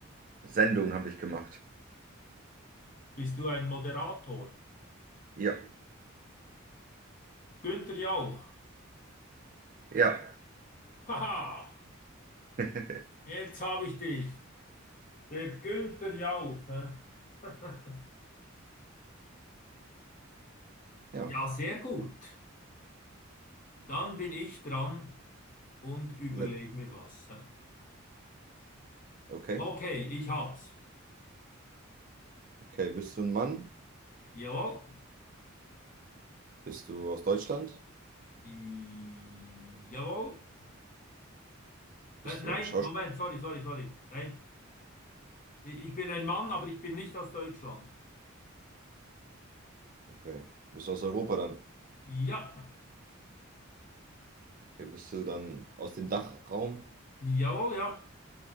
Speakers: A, on the right; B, on the left.
A: Sendung habe ich gemacht.
B: Bist du ein Moderator?
A: Ja,
B: Günther Jauch.
A: ja.
B: Haha,
A: <laughs>
B: jetzt habe ich dich. Der Günther Jauch. hä? <laughs>
A: Ja,
B: Ja, sehr gut. Dann bin ich dran und überleg
A: le-
B: mir was. hä?
A: okay.
B: Okay, ich hab's.
A: Okay, bist du ein Mann?
B: Jawohl.
A: Bist du aus Deutschland?
B: I- Jawohl.
A: Bist
B: Äh, nein,
A: du ein Schauspieler?
B: Moment, sorry, sorry, sorry. Nein, i- ich bin ein Mann, aber ich bin nicht aus Deutschland.
A: Okay. Bist du aus Europa dann?
B: Ja.
A: Okay, bist du dann aus dem Dachraum?
B: Jawohl, ja.